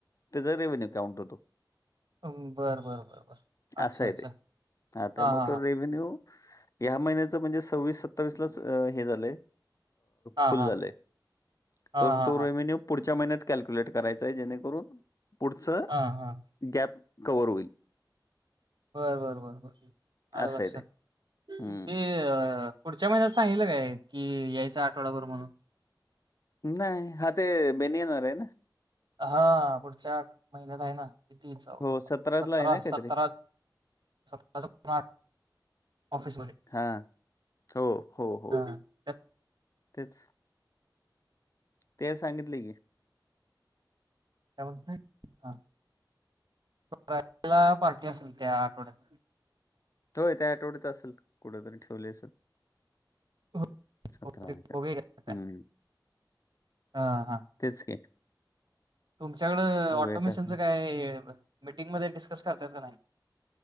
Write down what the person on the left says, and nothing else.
त्याचा रेव्हेन्यू अकाउंट होतो.
असय
ते, ह त्यामुळे
तो
रेवन्यूऽ या महिन्याचं म्हणजे सव्वीस सत्तावीसलाच हे झालंय,
फुल
झालंय.
तर
तो
रेव्हेन्यू पुढच्या महिन्यात कॅल्क्युलेट करायचा आहे, जेणेकरून पुढचंऽ
गॅप कवर होईल.
असं
आहे ते.
हं.
नाही, हा ते बहिणी येणार हाय ना.
हो,
आहे ना काहीतरी?
हा, हो हो हो,
तेच. ते सांगितले की.
होय, त्या आठवड्यात असल, कुठतरी ठेवली असल.
सतरा
क
हम्
तेच की.
बघूया
कसं.